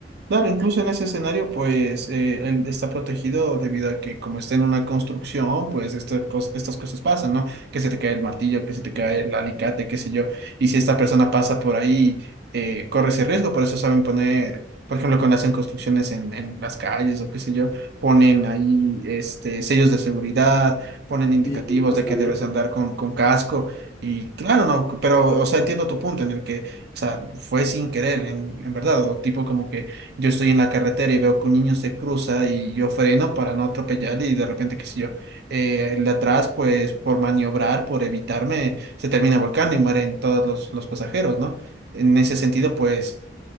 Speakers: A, on the right; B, on the left.
A: Claro, incluso en ese escenario, pues eh, él está protegido debido a que como está en una construcción, pues estas cos- estas cosas pasan, ¿no? Que se te cae el martillo, que se te cae el alicate, qué sé yo. Y si esta persona pasa por ahí, eh, corre ese riesgo. Por eso saben poner, por ejemplo, cuando hacen construcciones en, en las calles o qué sé yo, ponen ahí este, sellos de seguridad, ponen indicativos
B: Y eh, justamente,
A: de que debes andar con, con casco. Y claro, no, pero, o sea, entiendo tu punto en el que, o sea, fue sin querer, en, en verdad, o tipo como que yo estoy en la carretera y veo que un niño se cruza y yo freno para no atropellar y de repente, qué sé yo, eh, el de atrás, pues por maniobrar, por evitarme, se termina volcando y mueren todos los, los pasajeros, ¿no? En ese sentido, pues